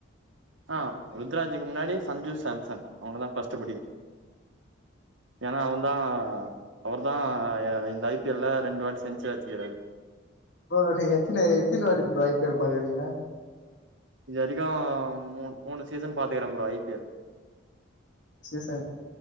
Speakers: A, on the right; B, on the left.
A: ஆ ருத்ராஜிக்கு முன்னாடி சஞ்சு சாம்சன் அவங்களதா ஃபர்ஸ்ட்டு பிடிக்கு ஏன்னா அவந்தா அவர்தா இந்த ஐ பி எல் ல ரெண்டு வாட்டி செஞ்சுரீ அடிச்சுக்கறாரு
B: ப்ரோ நீங்க எத்தின எத்தின வாட்டி ப்ரோ ஐ பி எல் பாக்கறீங்க
A: இதுவரைக்கு மூ மூணு சீசன் பாத்துக்கற bro I P L
B: season